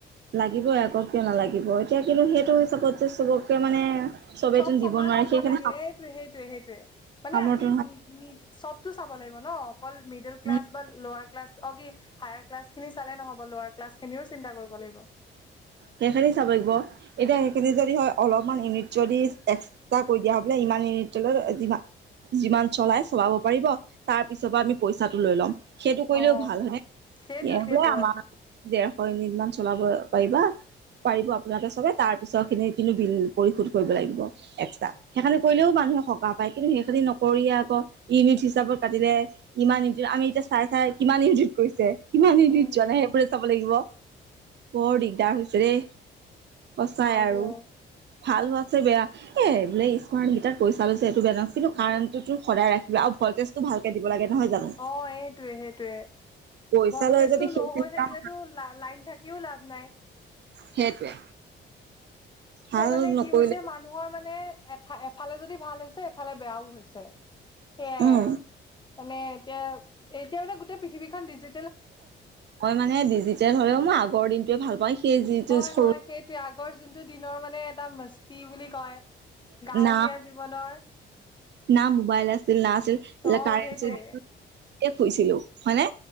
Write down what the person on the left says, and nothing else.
চব সমান
হব
লাগে এইটো সেইটোয়ে সেইটোয়ে মানে
আপুনি চবতটো চাব লাগে থাকিব ন অকল মিডিল
ক্লাছ বা লৱাৰ ক্লাছ অ কি হাইয়াৰ ক্লাছ খিনি চালে নহ'ব লৱাৰ ক্লাছ খিনিও চিন্তা কৰিব লাগিব
অ
সেইটো সেইটো
অ
উম
হয়
দিয়ক
অ এইটোয়ে সেইটোয়ে
ভল্টেজ
টো
ল' হৈ থাকে থাকিলেতো
লা লাইন থাকিও লাভ নাই
তে মানে
কি হৈছে মানুহৰ মানে এ-এফালে যদি ভাল হৈছে এফালে বেয়াও হৈছে, সেইয়াই
আৰু। মানে এতিয়া-এতিয়া মানে গোটেই পৃথিৱীখন ডিজি
হয়'-হয়',
সেইটোয়ে আগৰ যোনটো দিনৰ মানে এটা মস্তি বুলি কয়, গাঁৱলীয়া
জীৱনৰ।
অ
সেইটোৱে